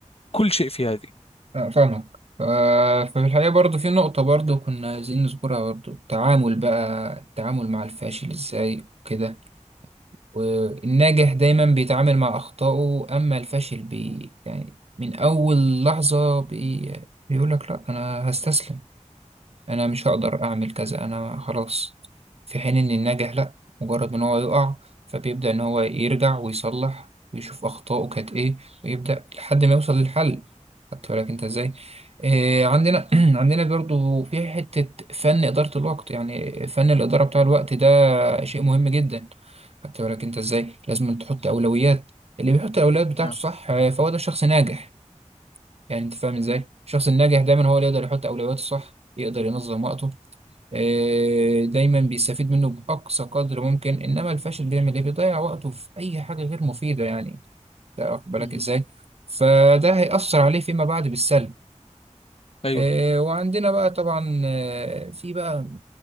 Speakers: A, on the left; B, on the right.
A: كل شيء في هذه
B: آه، فاهمك آه، ففي الحقيقة برضو في نقطة برضو كنا عايزين نذكرها برضو التعامل بقى التعامل مع الفاشل ازاي وكده والناجح دايما بيتعامل مع أخطائه أما الفاشل بي يعني من أول لحظة بي بيقولك لأ أنا هستسلم انا مش هقدر اعمل كذا انا خلاص في حين ان الناجح لا مجرد ان هو يقع فبيبدأ ان هو يرجع ويصلح ويشوف اخطائه كانت ايه ويبدأ لحد ما يوصل للحل خدت بالك انت ازاي إيه عندنا <clears throat> عندنا برضو في حتة فن إدارة الوقت يعني فن الإدارة بتاع الوقت ده شيء مهم جدا خدت بالك انت ازاي لازم تحط أولويات اللي بيحط الأولويات بتاعته
A: نعم
B: صح آه، فهو ده شخص ناجح يعني انت فاهم ازاي الشخص الناجح دايما هو اللي يقدر يحط أولوياته صح يقدر ينظم وقته آه، دايما بيستفيد منه بأقصى قدر ممكن إنما الفاشل بيعمل إيه بيضيع وقته في أي حاجة غير مفيدة يعني أنت واخد بالك
A: مم.
B: إزاي فده هيأثر عليه فيما بعد بالسلب
A: أيوه
B: آه، وعندنا بقى طبعا آه، في بقى